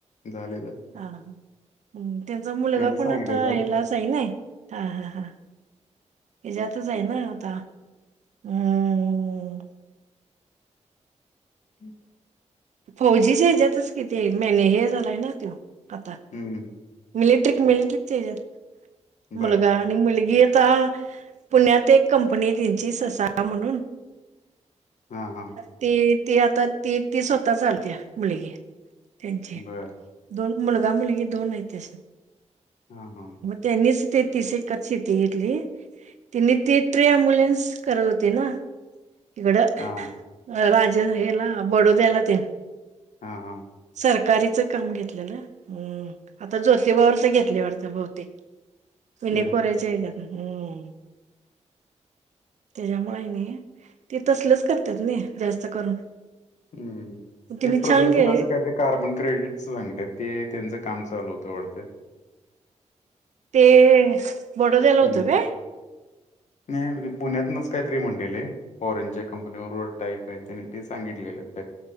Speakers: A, on the left (about 75°); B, on the right (about 70°).
A: झाले झाले
B: हा ह् त्यांचा मुलगा
A: त्याने सांगितलेलं
B: पण आता हलाच आहे ना हा हा हा हच्यातच आहे ना आता,,, हम्ऽ
A: हम्,
B: फौजीच्या ह्याच्यातच कि, तो, मेने, हे,, झालाय ना तो. आता,,
A: हम्म
B: मिलिटरी, मिलिटरीज च्या हच्यात,
A: बर
B: मुलगा. आणि मुलगी आता,, पुण्यात एक कंपनी आहे त्यांची,, ससासा म्हणूनऽ
A: हा, हा,
B: ती, ती, आता ती, ती स्वतः चालत्या,, मुलगी त्यांची.
A: बर
B: दोन मुलगा मुलगी दोन ऐती सर
A: हा हा
B: त्यांनीच ते तीस एकका शेती घेतली तिने तेी टे अम्ब्युलन्स करत होते ना इकडं
A: हा
B: राज हेला बडोद्याला ते
A: हा हा
B: सरकारीचं काम घेतलेलं आता ज्योतीिबावरच घेतले वा बहुतेक मन
A: हम्म
B: कोरेचज हम् त्याच्यामुळे नाही ते तसलेच करतात नाही जास्त करून
A: हम्म
B: तिने
A: ते प्रदूषणाचं
B: छान गे
A: काहीतरी कार्बन क्रेडिटच सांगलं ते त्यांचं काम चालू होतं वाढतं
B: ते बडोद्याला
A: हम्म
B: होतं ना
A: नाही पुण्यातूनच काय तरी म्हणतेल फॉरेनच्या कंपनीवर र टाईप आहे त्याने ते सांगितलेलं